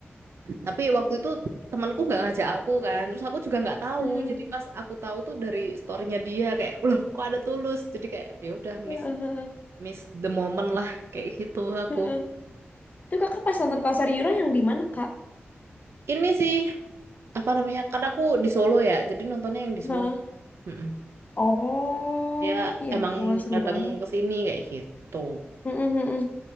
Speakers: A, on the right; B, on the left.
A: Tapi waktu itu temanku nggak ngajak aku kan, terus aku juga nggak tahu.
B: Hmm.
A: Jadi pas aku tahu tuh dari storynya dia kayak, loh kok ada Tulus?" Jadi kayak ya udah
B: Heeh,
A: miss miss the moment lah kayak gitu aku.
B: heeh. Itu kakak pas nonton konser Euro yang di mana, Kak?
A: Ini sih apa namanya? Karena aku di Solo ya, jadi nontonnya yang di
B: Hah?
A: Solo. Mm-mm.
B: Oh,
A: Dia
B: iya
A: emang
B: ampun, seru
A: datang
B: banget.
A: ke sini kayak gitu.
B: Mm, mm, mm, mm.